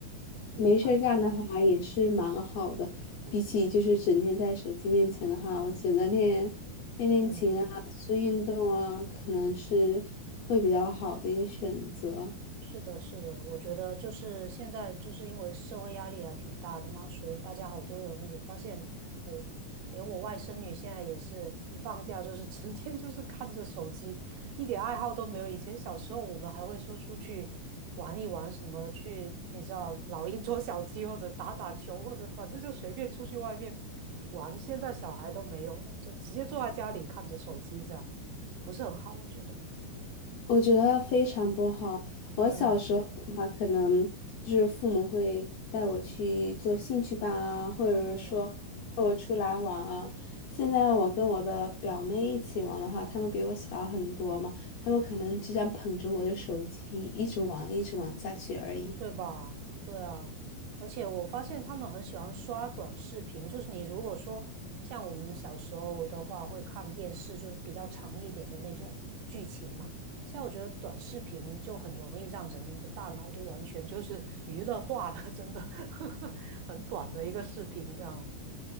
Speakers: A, on the right; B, on the left.
A: 明白了，
B: 没事儿干的话也是蛮好的，比起就是整天在手机面前的话，我觉得练练练琴啊，
A: 嗯。
B: 做运动啊，可能是会比较好的一个选择。
A: 是的，是的，我觉得就是现在，就是因为社会压力还挺大的嘛，所以大家好多人，我发现我连我外甥女现在也是一放假就是 <laughs> 整天就是看着手机，一点爱好都没有。以前小时候我们还会说出去玩一玩，什么去你知道老鹰捉小鸡，或者打打球，或者反正就随便出去外面玩。现在小孩都没有了，就直接坐在家里看着手机这样，不是很好，我觉得。
B: 我觉得非常不好。我小时候的话，
A: 嗯
B: 可能就是父母会带我去做兴趣班啊，或者是说带我出来玩啊。
A: 嗯。
B: 现在我跟我的表妹一起玩的话，她们比我小很多嘛，她们可能只想捧着我的手机一直玩，一直玩下去而已。
A: 对吧？对啊，而且我发现他们很喜欢刷短视频，就是你如果说像我们小时候的话，会看电视，就是比较长一点的那种剧情嘛。现在我觉得短视频就很容易让人的大脑都完全就是娱乐化了，真的，<laughs> 很短的一个视频这样。